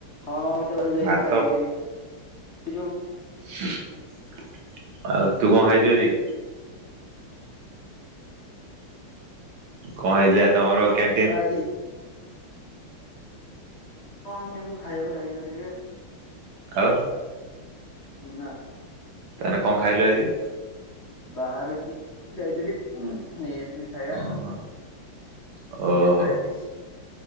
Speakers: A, on the left; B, on the right.
A: ହଁ ମତେ ବାହାରକୁ ଯାଇଥିଲି
B: ଭାତ।
A: ଖାଇକି ଆଇଲି ସେଇ ଯୋଉ
B: ଆଉ ତୁ କଣ ଖାଇଛୁ
A: ହୁଁ
B: ଆଜି? କଣ ହେଇଥିଲା ଆଜି ତମର କ୍ୟା
A: ହଁ ଆଜି କଣ ମୁଁ ଖାଇବାକୁ ଯାଇନଥିଲି ବେ।
B: ଆଉ?
A: ନା।
B: ତାହେନେ କଣ ଖାଇଲୁ ଆଜି?
A: ବାହାରକୁ ଯାଇଥିଲି ନେଇ ଆସିଲି। ଖାଇବା
B: ଓହୋ
A: <unintelligible>
B: ଓହୋ
A: ଚିକେନ ଫ୍ରାଏରାଇସ୍।